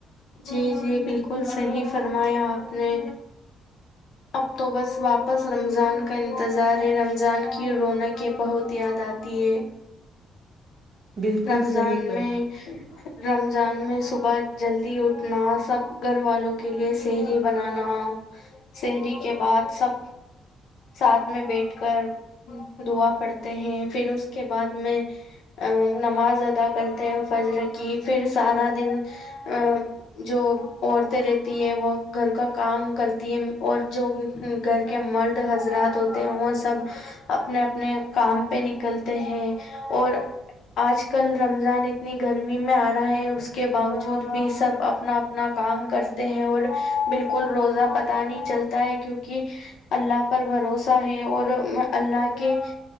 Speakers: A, on the left (about 70°); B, on the right (about 35°).
A: جی جی بالکل صحیح فرمایا آپ نے اب تو بس واپس رمضان کا انتظار ہے رمضان کی رونقیں بہت یاد آتی ہیں
B: بالکل
A: رمضان
B: صحیح پر
A: میں رمضان میں صبح جلدی اٹھنا سب گھر والوں کے لیے سہری بنانا شہری کے بعد سب ساتھ میں بیٹھ کر دعا پڑھتے ہیں پھر اس کے بعد میں ا نماز ادا کرتے ہیں فجر کی پھر سارا دن ا جو عورتیں رہتی ہے وہ گھر کا کام کرتی ہے اور جو گھر کے مرد حضرات ہوتے ہیں وہ سب اپنے اپنے کام پہ نکلتے ہیں اور آج کل رمضان اتنی گرمی میں آ رہا ہے اس کے باوجود بھی سب اپنا اپنا کام کرتے ہیں اور بالکل روزہ پت نہیں چلتا ہے کیونکہ اللہ پر بھروسہ ہے اور اللہ کی